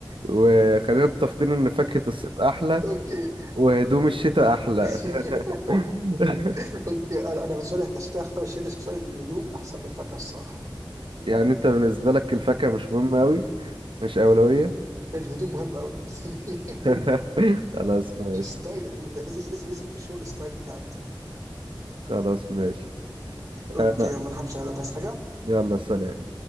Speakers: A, on the right; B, on the right.
A: وخلينا متفقين ان فاكهة الصيف احلى
B: اوكي
A: وهدوم الشتاء احلى
B: <laughs>
A: <laughs>
B: اوكي انا انا بالنسبه لي كشكلها اختار الشتا بس بالنسبه لي الهدوم احسن من الفاكهه الصراحه
A: يعني انت بالنسبة لك الفاكهة مش مهمة اوي مش اولوية
B: الهدوم مهم قوي <laughs>
A: <laughs> خلاص ماشي
B: الستايل يا دود لازم لازم لازم تشوف الستايل بتاعك يا دود
A: خلاص ماشي
B: اوكي
A: انا
B: يلا نحمش على ده عايز حاجه
A: يلا سلام